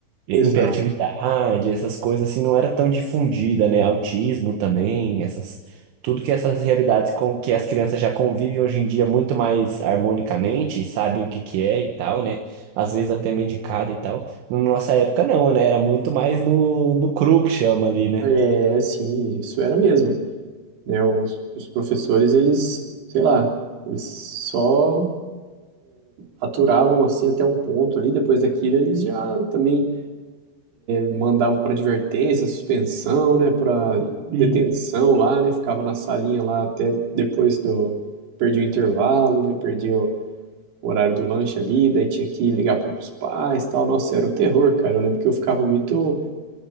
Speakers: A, on the right; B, on the right.
A: E-
B: Exato.
A: Hiperatividade, essas coisas assim não era tão difundida, né? Autismo também, essas tudo que essas realidades com que as crianças já convivem hoje em dia muito mais harmonicamente, e sabem o que que é e tal, né? Às vezes até medicado e tal. Na nossa época não, né? Era muito mais no, no cru que chama ali, né?
B: É, assim, isso era mesmo, né? Os, os professores, eles, sei lá, eles só aturavam assim até um ponto ali, depois daquilo eles já também mandava para advertência, suspensão, né, para
A: <laughs>
B: detenção
A: Sim.
B: lá, né, ficava na salinha lá até depois do perdi o intervalo, né, perdi o horário do lanche ali, daí tinha que ligar para os pais, tal. Nossa, era o terror, cara. Eu lembro que eu ficava muito